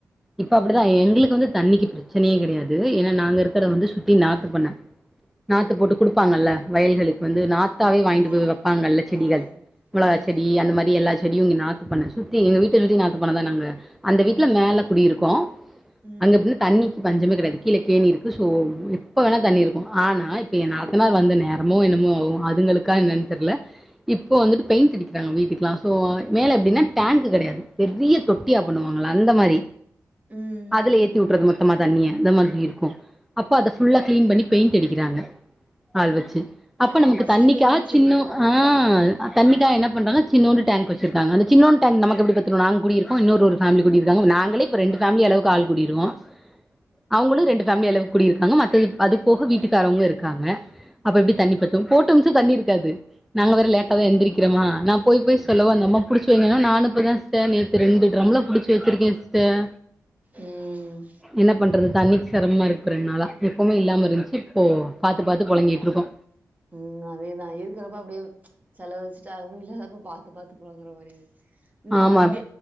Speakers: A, in the centre; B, on the right (about 25°).
A: இப்ப அப்டிதா எங்களுக்கு வந்து தண்ணிக்கு ப்ரச் ப்ரச்சனையே கெடையாது ஏன்னா நாங்க இருக்கறது வந்து சுத்தி நாத்து பண்ண நாத்து போட்டு குடுப்பாங்கள்ல வயல்களுக்கு வந்து நாத் நாத்தாவே வாங்கிட்டு
B: ஆமாமா.
A: போய் வெப்பாங்கள்ல செடிகள்
B: ஆ.
A: மொளகா
B: சொன்னீங்க. ம்.
A: செடி அந்த மாரி எல்லா செடியு இங்க பண்ண சுத்தி எங்க வீட்ட சுத்தி நாத்து பண்ணதா நாங்க அந்த வீட்டுல மேல குடியிருக்கோ
B: ம்.
A: அங்க தண்ணிக் டையாது கீழே கேணி இருக்கு சோ எப்ப வேணா தண்ணி இருக்கு ஆனா இப்ப எ நாத்தநார் வந்த நேரோ அம்மோ என்னமோ அதுங்களுக்கா என்னன்னு தெர்ல இப்போ வந்துட்டு பெயிண்ட் அடிக்கிறாங்க வீட்டுக்கெல்லா சோ மேல எப்டின்னா டேங்க்கு கெடையாது பெரிய தொட் டிய்யா பண்ணுவாங்கள்ல அந்த மாரி
B: ம். ம்.
A: அதுல ஏத்திவுட்டுறது மொத்தமா தண்ணிய அந்த மாதிரி இருக்கு அப்ப அத ஃபுல்லா கிளின் பண்ணி பெயிண்ட் அடிக்கிறாங்க ஆள் வெச்சு அப்ப
B: ஆமா,
A: நமக்கு தண்ணிக்காக
B: சில பேர் வீட்ல
A: சின்னு
B: இருக்கும்.
A: ஆ தண்ணிக்காக என்ன பண்றாங்க சின்னுண்டு டேங்க் வச்சிருக்காங்க அந்த சின்னோண்டு டேங்க் நமக்கு எப்டி பத்து நாங் குடிக்கறதுக் இப்போ இன்னோரு ஒரு ஃபேமிலி குடியிருக்காங்க நாங்களே இப்ப ரெண்டு ஃபேமிலி அளவு ஆள் குடியிருகோ அவுங்களு
B: ம்.
A: ரெண்டு ஃபேமிலி அளவுக்கு குடியிருக்காங்க மத்த அது போக வீட்டுக்காரவங்களு இருக்காங்க அப்ப எப்டி தண்ணி பத்து போட்ட நிம்சோ தண்ணி இருக்காது நாங்க வேற
B: ம்.
A: லேட்டா தா எந்திரிக்றம்மா நா போய் போய்
B: ம்.
A: சொல்லுவு அந்த அம்மா புடிச்சி வைங்கன்னு நானு இப்ப தா சே நேத் து ரெண்டு டிரம்ல புடிச்சு வச்சிருக்கே சிஸ்டர்
B: உம்
A: என்ன பண்றது தண்ணிக்கு சிரமமா இருக்கு ரெண்ட் நாளா எப்பமே இல்லாம இருஞ்ச்சி இப்போ பாத்து பாத்து பொழங்கிட்டுருக்கோ
B: உம் அதேதா இருக்கிறப்ப அப்டியே செலவழிச்சிட்டா அது இல்லாதப்போ பாத்து பாத்து பொழங்குற மாரி இருக் இந்த வா
A: ஆமா
B: வீ